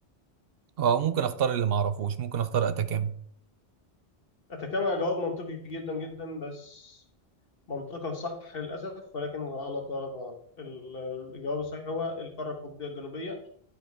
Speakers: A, on the right (about 70°); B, on the left (about 60°).
A: أه ممكن أختار اللي معرفوش ممكن أختار أتكامة
B: اتacama جواب منطقي جدا جدا بس منطقة صح للأسف ولكن غلط غلط غلط ال- الجواب الصحيح هو القارة القطبية الجنوبية